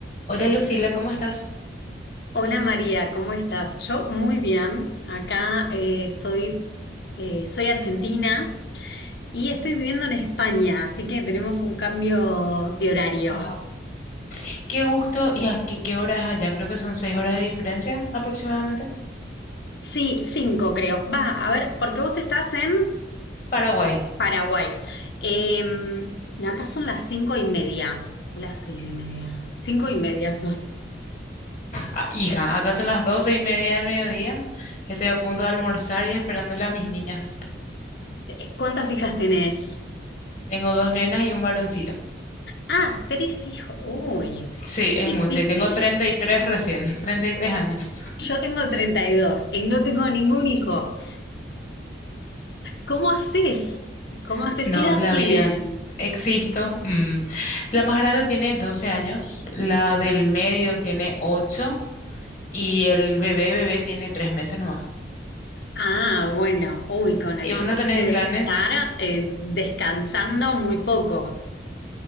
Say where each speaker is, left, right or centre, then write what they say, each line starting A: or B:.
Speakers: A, on the left (about 30°); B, on the left (about 65°).
A: Hola Lucila, ¿cómo estás?
B: Hola María, ¿cómo estás? Yo muy bien. Acá eh, estoy, eh, soy argentina y estoy viviendo en España, así que tenemos un cambio de horario.
A: Wow. Qué gusto. ¿Y a qué, qué hora es allá? Creo que son seis horas de diferencia aproximadamente.
B: Sí, cinco creo. Va, a ver, porque vos estás en
A: Paraguay.
B: Paraguay. Eh, acá son las cinco y media, o las seis y media. Cinco y media son.
A: Ah, hija, acá son las doce y media del mediodía. Estoy a punto de almorzar y esperándole a mis niñas.
B: Eh, ¿Cuántas hijas tenés?
A: Tengo dos nenas y un varoncito.
B: Ah, tres hijos. Uy,
A: Sí,
B: muy
A: es mucho.
B: difícil.
A: Y tengo 33 recién, <laughs> 33 años.
B: Yo tengo treinta y dos. y no tengo ningún hijo. ¿Cómo haces? ¿Cómo
A: <laughs>
B: haces?
A: No,
B: ¿Qué edad
A: la
B: tienen?
A: vida. Existo. mm. La más grande tiene 12 años, la del medio tiene 8 y el bebé bebé tiene 3 meses nomás.
B: Ah, bueno, uy, con el
A: ¿Y vos
B: bebé
A: no tenés
B: debes
A: planes?
B: estar eh, descansando muy poco.